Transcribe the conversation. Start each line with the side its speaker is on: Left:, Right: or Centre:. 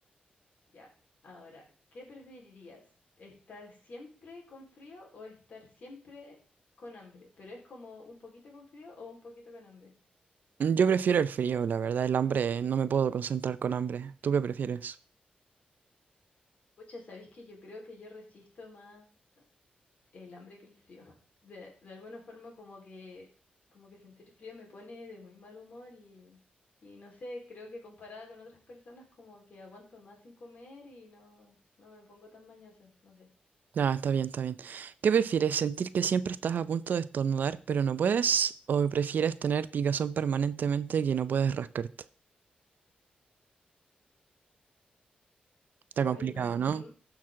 Left: Ya. Ahora, ¿qué preferirías? ¿Estar siempre con frío o estar siempre con hambre? Pero es como un poquito con frío o un poquito con hambre.
Right: Mm, Yo prefiero el frío, la verdad, el hambre, no me puedo concentrar con hambre. ¿Tú qué prefieres?
Left: Pucha, ¿sabéis que yo creo que yo resisto más el hambre que el frío. <laughs> De, de alguna forma como que, como que sentir frío me pone de muy mal humor y, y no sé, creo que comparada con otras personas como que aguanto más sin comer y no, no me pongo tan mañosa, no sé.
Right: Ah, está bien, está bien. ¿Qué prefieres? ¿Sentir que siempre estás a punto de estornudar, pero no puedes? ¿O prefieres tener picazón permanentemente que no puedes rascarte? Está
Left: Hoy
Right: complicado,
Left: las dos
Right: ¿no?
Left: son,